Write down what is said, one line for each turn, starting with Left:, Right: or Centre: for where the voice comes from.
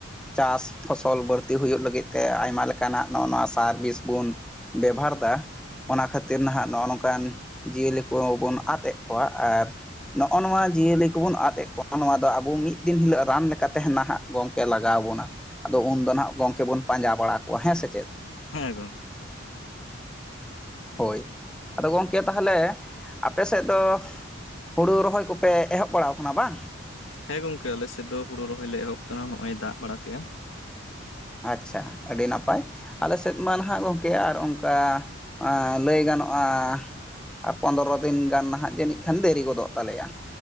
Centre: ᱪᱟᱥ ᱯᱷᱚᱥᱚᱞ ᱵᱟᱹᱲᱛᱤ ᱦᱩᱭᱩᱜ ᱞᱟᱹᱜᱤᱫ ᱛᱮ ᱟᱭᱢᱟ ᱞᱮᱠᱟᱱᱟᱜ ᱱᱚᱜᱼᱚ ᱱᱚᱣᱟ ᱥᱟᱨ ᱵᱤᱥ ᱵᱚᱱ ᱵᱮᱵᱷᱟᱨᱫᱟ ᱚᱱᱟ ᱠᱷᱟᱹᱛᱤᱨ ᱱᱟᱦᱟᱜ ᱱᱚᱜᱼᱚ ᱱᱚᱝᱠᱟᱱ ᱡᱤᱭᱟᱹᱞᱤ ᱠᱚ ᱵᱚᱱ ᱟᱫ ᱮᱜ ᱠᱚᱣᱟᱜ ᱟᱨ ᱱᱚᱜᱼᱚ ᱱᱚᱣᱟ ᱡᱤᱭᱟᱹᱞᱤ ᱠᱚᱵᱚᱱ ᱟᱫ ᱮᱫ ᱠᱚᱣᱟ ᱱᱚᱣᱟ ᱫᱚ ᱟᱵᱚ ᱢᱤᱫ ᱫᱤᱱ ᱦᱤᱞᱳᱜ ᱨᱟᱱ ᱞᱮᱠᱟ ᱛᱮ ᱱᱟᱦᱟᱜ ᱜᱚᱝᱠᱮ ᱞᱟᱜᱟᱣ ᱵᱚᱱᱟ, ᱟᱫᱚ ᱩᱱᱫᱚ ᱦᱟᱜ ᱜᱚᱝᱠᱮ ᱵᱚᱱ ᱯᱟᱸᱡᱟ ᱵᱟᱲᱟ ᱠᱚᱣᱟ ᱦᱮᱸ ᱥᱮ ᱪᱮᱫ?
Left: ᱦᱮᱸ ᱜᱚ
Centre: ᱦᱳᱭ᱾ ᱟᱫᱚ ᱜᱚᱢᱠᱮ ᱛᱟᱦᱚᱞᱮ ᱟᱯᱮ ᱥᱮᱫ ᱫᱚ ᱦᱩᱲᱩ ᱨᱚᱦᱚᱭ ᱠᱚᱯᱮ ᱮᱦᱚᱵ ᱵᱟᱲᱟᱟᱣ ᱠᱟᱱᱟ ᱵᱟᱝ?
Left: ᱦᱮᱸ ᱜᱚᱝᱠᱮ ᱟᱞᱮ ᱥᱮᱫ ᱫᱚ ᱦᱩᱲᱩ ᱨᱚᱦᱚᱭ ᱞᱮ ᱮᱦᱚᱵ ᱟᱠᱟᱱᱟ ᱱᱚᱜ ᱚᱚᱭ ᱫᱟᱜ ᱵᱟᱲᱟ ᱠᱮᱫᱟ᱾
Centre: ᱟᱪᱪᱷᱟ ᱟᱹᱰᱤ ᱱᱟᱯᱟᱭ᱾ ᱟᱞᱮ ᱥᱮᱫ ᱢᱟ ᱱᱟᱦᱟᱜ ᱜᱚᱢᱠᱮ ᱟᱨ ᱚᱱᱠᱟ ᱮᱸ ᱞᱟᱹᱭ ᱜᱟᱱᱚᱜᱼᱟ ᱟᱨ ᱯᱚᱸᱫᱨᱚ ᱫᱤᱱ ᱜᱟᱱ ᱱᱟᱸᱜ ᱡᱟᱹᱱᱤᱡ ᱠᱷᱟᱱ ᱫᱮᱨᱤ ᱜᱚᱫᱚᱜ ᱛᱟᱞᱮᱭᱟ